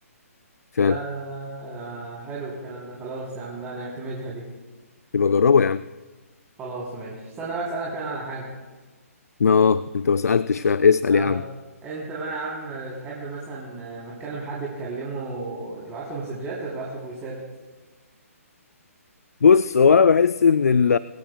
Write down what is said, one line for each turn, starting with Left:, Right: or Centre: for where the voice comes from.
Left: فعلا
Right: لا لا لا لا حلو الكلام ده خلاص يا عم لا نعتمدها دي
Left: يبقى جربه يا عم
Right: خلاص ماشي استنى بقى اسألك انا على حاجة
Left: اه انت ما سالتش فاسال
Right: اه
Left: يا عم
Right: انت بقى يا عم بتحب مثلا ما تكلم حد تكلمه تبعت له مسجات ولا تبعت له فويسات
Left: بص هو انا بحس ان ال